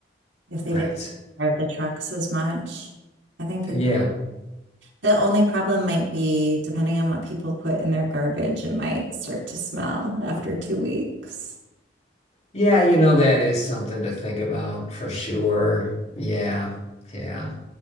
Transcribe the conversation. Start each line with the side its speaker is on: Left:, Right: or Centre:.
Right: if they
Left: Right.
Right: didn't drive the trucks as much. I think it's
Left: Yeah.
Right: the only problem might be depending on what people put in their garbage, it might start to smell after two weeks.
Left: Yeah, you know, that is something to think about for sure. Yeah. Yeah.